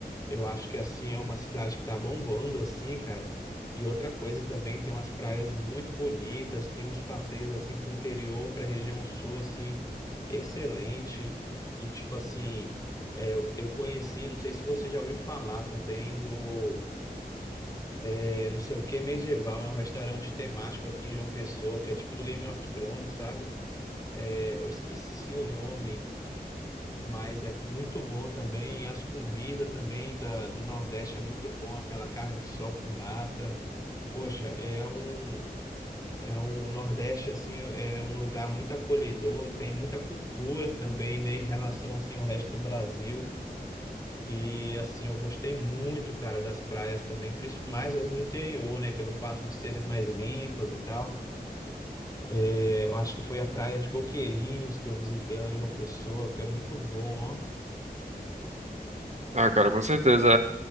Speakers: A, on the left; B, on the right.
A: eu acho que assim é uma cidade que tá bombando, assim, cara. E outra coisa também tem umas praias muito bonitas, tem uns passeios assim para o interior, para a região sul, assim, excelente. E tipo assim, é, eu eu conheci, não sei se você já ouviu falar também do é não sei o que medieval, é um restaurante temático aqui em João Pessoa, que é tipo do Game of Thrones, sabe? É, eu esqueci o nome, mas é muito bom também. E as comidas também da, do Nordeste é muito bom, aquela carne de sol com nata. Poxa, é um, é um Nordeste, assim, é um lugar muito acolhedor, tem muita cultura também, né, em relação, assim, ao resto do Brasil. E assim, eu gostei muito, cara, das praias também, principalmente mais as do interior, né? Pelo fato de serem mais limpas e tal. É, eu acho que foi a praia de Coqueirinhos que eu visitei lá em João Pessoa, que é muito bom, ó.
B: Ah, cara, com certeza.